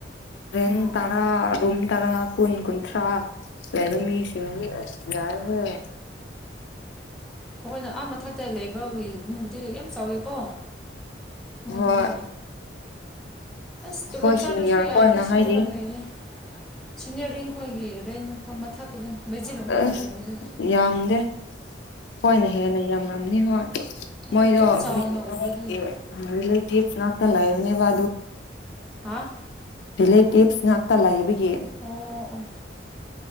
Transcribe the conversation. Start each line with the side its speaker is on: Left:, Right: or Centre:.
Left: ꯔꯦꯟ
Centre: ꯑꯥ
Left: ꯇꯔꯥ ꯔꯨꯝ ꯇꯔꯥ ꯀꯨꯟ ꯀꯨꯟꯊ꯭ꯔꯥ ꯂꯩꯕ ꯃꯤꯁꯤꯡ ꯌꯥꯔꯣꯏ
Centre: ꯑꯩꯈꯣꯏꯅ ꯑꯥ ꯃꯊꯛꯇ ꯂꯩꯕ ꯎꯨꯡꯗꯨꯗꯤ ꯌꯥꯝ ꯆꯥꯎꯋꯤꯀꯣ ꯃꯣꯏꯗꯨꯗꯤ
Left: ꯍꯣꯏ
Centre: ꯑꯁ
Left: ꯑꯩꯈꯣꯏ
Centre: ꯇꯣꯂꯣꯞ ꯆꯂꯥꯁꯨ
Left: ꯁꯤꯅꯤꯌꯔ
Centre: ꯌꯥꯏꯗ
Left: ꯈꯣꯏꯅ
Centre: ꯁꯤꯗ
Left: ꯍꯥꯏꯗꯤ
Centre: ꯂꯝ ꯂꯩꯔꯦ ꯁꯤꯅꯤꯌꯔꯤꯡ ꯑꯩꯈꯣꯏꯒꯤ ꯔꯦꯟ ꯃꯐꯝ ꯃꯊꯛꯀꯤꯗ ꯕꯦꯖꯤꯂꯈꯣꯏꯅ
Left: ꯑꯁ
Centre: ꯂꯩꯕꯗ
Left: ꯌꯥꯝꯗꯦ ꯍꯣꯏꯅ ꯍꯦꯟꯅ ꯌꯥꯝꯂꯝꯅꯤ ꯍꯣꯏ ꯃꯣꯏꯗꯣ
Centre: ꯑꯣ ꯌꯥꯝ ꯆꯥꯎꯅ
Left: ꯅꯒꯤ
Centre: ꯎꯕꯗꯨꯒꯤ
Left: ꯑ ꯂꯩꯇꯤꯞꯁ ꯂꯅꯥꯥꯛꯇꯂ ꯂꯩꯅꯦꯕ
Centre: ꯍꯥꯥ
Left: ꯔꯤꯂꯦꯇꯤꯞꯁ ꯉꯥꯛꯇ ꯂꯥꯛꯕꯒꯤ
Centre: ꯑꯣ ꯑꯣ